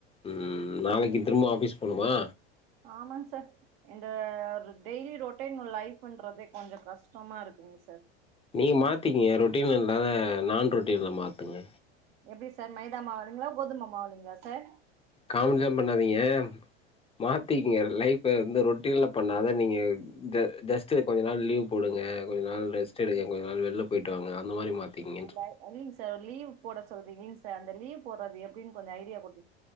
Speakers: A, on the left; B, on the right.
A: ம் நாளைக்கு திரும்ப ஆஃபீஸ் போகனுமா
B: ஆமாங் சார் இந்த ஒரு டெய்லி ரொட்டைன் லைஃப்புன்றதே கொஞ்ச கஷ்டமா இருக்குங்க சார்
A: நீங்க மாத்திக்கிங்க ரொட்டின் இல்லாத நான் ரொட்டினா மாத்துங்க
B: எப்டி சார் மைதா மாவலிங்களா கோதுமை மாவல்லிங்களா சார்
A: காமெடி எல்லா பண்ணாதீங்க மாத்திங்க லைஃப் வந்து ரொட்டீன்ல பண்ணாத நீங்க இந்த டஸ்ட் கொஞ்ச நாள் லீவ் போடுங்க கொஞ்ச நாள் ரெஸ்ட் செரி
B: எப்டி
A: எங்க
B: சார்
A: நாள் வெள்ள போயிட்டு வாங்க அந்த மாரி மாத்திங்கன்ற
B: அந்த இல்லைங் சார் லிவு போட சொல்றீங்க சார் அந்த லீவ் போறது எப்டின் கொஞ்ச ஐடியா கொடு